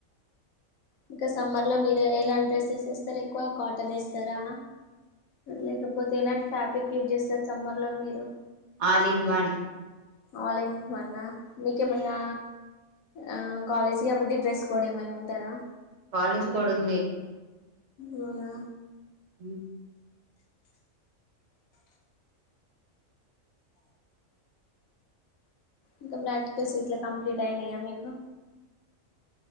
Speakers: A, on the left (about 80°); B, on the right (about 60°).
A: ఇంకా సమ్మర్ లో మీరు ఎలాంట్ డ్రెస్సెస్ వేస్తారా ఎక్కువ కాటన్ వేస్తారా. లేకపోతే ఎలాంటి ఫ్యాబ్రిక్ యూజ్ చేస్తార్ సమ్మర్ లో మీరు.
B: ఆలీన్ వన్
A: ఆలీన్ వన్నా మీకేమన్నా ఆ కాలేజీ కాబట్టి డ్రెస్ కోడ్ ఏమైనా ఉంటదా
B: కాలేజీ కోడ్ ఉంది
A: అవునా
B: ఊ
A: ఇంకా ప్రాక్టికల్స్ ఇట్లా కంప్లీట్ అయినాయా మీకు